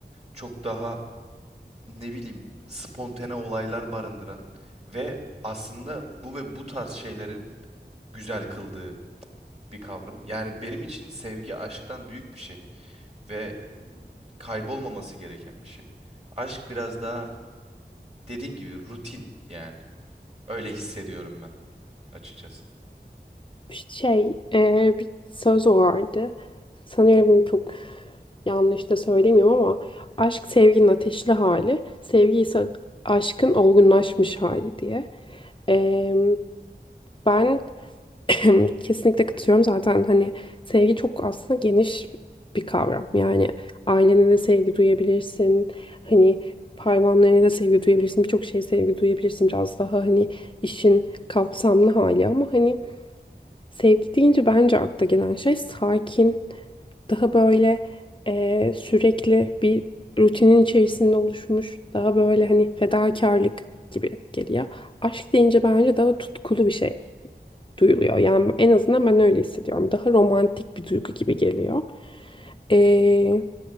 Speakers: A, on the right (about 35°); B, on the left (about 30°).
A: çok daha ne bileyim spontane olaylar barındıran ve aslında bu ve bu tarz şeylerin güzel kıldığı bir kavram. Yani benim için sevgi aşktan büyük bir şey ve kaybolmaması gereken bir şey. Aşk biraz daha dediğim gibi rutin yani. Öyle hissediyorum ben açıkçası.
B: Şey, eee, bir söz vardı. Sanıyorum çok yanlış da söylemiyorum ama aşk sevginin ateşli hali, sevgi ise aşkın olgunlaşmış hali diye. Eee, ben <clears throat> Kesinlikle katılıyorum zaten hani sevgi çok aslında geniş bir kavram. Yani ailene de sevgi duyabilirsin. Hani hayvanlarına da sevgi duyabilirsin. Birçok şeye sevgi duyabilirsin. Biraz daha hani işin kapsamlı hali ama hani Sevgi deyince bence akla gelen şey sakin, daha böyle eee, sürekli bir rutinin içerisinde oluşmuş, daha böyle hani fedakarlık gibi geliyor. Aşk deyince bence daha tutkulu bir şey duyuluyor. Yani en azından ben öyle hissediyorum. Daha romantik bir duygu gibi geliyor. Eee,